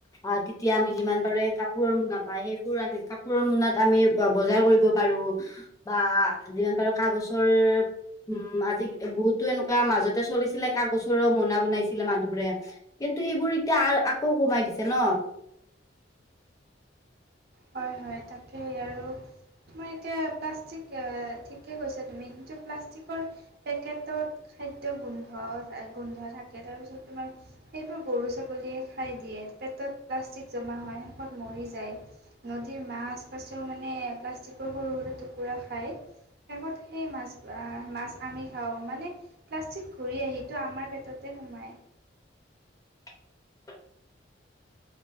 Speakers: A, on the left; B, on the right.
A: আ তেতিয়া আমি কাপোৰৰ মোনা পায় সেই কাপোৰৰ মোনাত আমি বজাৰ কৰিব পাৰো বা যিমান পাৰো কাগজৰ। উম আজি বহুতো এনেকুৱা মাজতে চলিছিলে কাগজৰো মোনা বনাইছিলে মানুহ বোৰে কিন্তু কিন্তু সেইবোৰ এতিয়া আকৌ কমাই দিছে ন
B: হয় হয় তাকেই আৰু তোমাৰ এতিয়া প্লাষ্টিক ঠিকে কৈছা তুমি কিন্তু প্লাষ্টিকৰ পেকেটত খাদ্য গোন্ধ গোন্ধ থাকে তাৰপিছত তোমাৰ সেইবোৰ গৰু ছাগলীয়ে খাই দিয়ে পেটত প্লাষ্টিক জমা হয় শেষত মৰি যায়। নদীৰ মাছ কাছেও মানে প্লাষ্টিকৰ সৰু সৰু টুকুৰা খায়। শেষত সেই মাছ আহ মাছ আমি খাওঁ মানে প্লাষ্টিক ঘূৰি আহিো আমাৰ পেটতে। সোমায়।
A: <unintelligible>